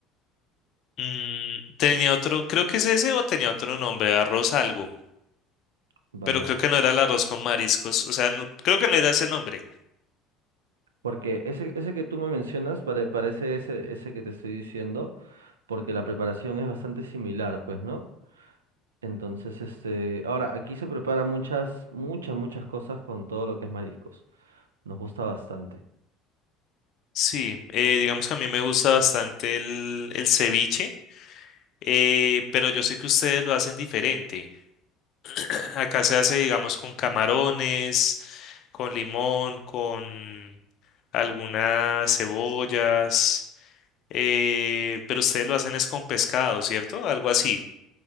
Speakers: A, on the left (about 55°); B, on the right (about 85°).
A: Mm, tenía otro, creo que es ese o tenía otro nombre, arroz algo,
B: ¿vale?
A: pero creo que no era el arroz con mariscos, o sea, no- creo que no era ese nombre.
B: Porque ese, ese que tú me mencionas pare- parece ese, ese que te estoy diciendo, porque la preparación es bastante similar, pues, ¿no? Entonces, este, ahora aquí se prepara muchas, muchas, muchas cosas con todo lo que es mariscos. Nos gusta bastante.
A: Sí, eh, digamos que a mí me gusta bastante el, el ceviche, eh, pero yo sé que ustedes lo hacen diferente. <clears throat> Acá se hace, digamos, con camarones, con limón, con algunas cebollas. Eh, pero ustedes lo hacen es con pescado, ¿cierto? Algo así.